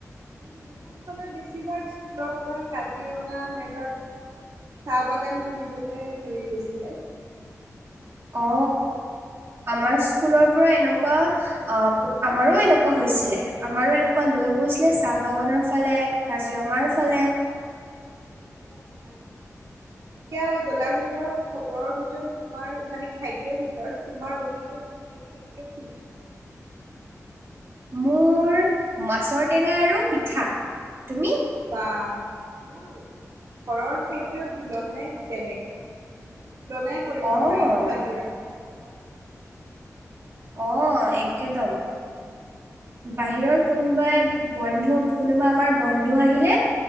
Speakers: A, on the right; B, on the right.
A: উম এইবোৰ হলে বেছিভাগ স্কুলৰ পৰা কাজিৰঙা নাইবা কিছু চাহ বাগান ঘুৰিবলে লৈ গৈছিলে।
B: অ আমাৰ স্কুলৰ পৰা এনেকুৱা আ আমাৰো এনেকুৱা হৈছিলে আমাৰো এনেকুৱা লৈ গৈছিলে চাহ বাগানৰ ফালে কাজিৰঙাৰ ফালে
A: অ ভাল ভাল এতিয়া গোলাঘাটৰ খবৰৰ ভিতৰত তোমাৰ মানে খাদ্যৰ ভিতৰত তোমাৰ অতিকৈ প্ৰিয় খাদ্য কি?
B: মোৰ মাছৰ টেঙা আৰু পিঠা তুমি
A: বাহ মোৰ ঘৰৰ খাদ্য তুলনাই বেলেগ ন মানে তুলনাই কৰিব
B: অ'
A: নোৱাৰি ন বাহিৰৰ খাদ্যৰ লগত
B: অ একেদম
A: তাকে
B: বাহিৰৰ কোনোবাই বন্ধু কোনোবা আমাৰ বন্ধু আহিলে।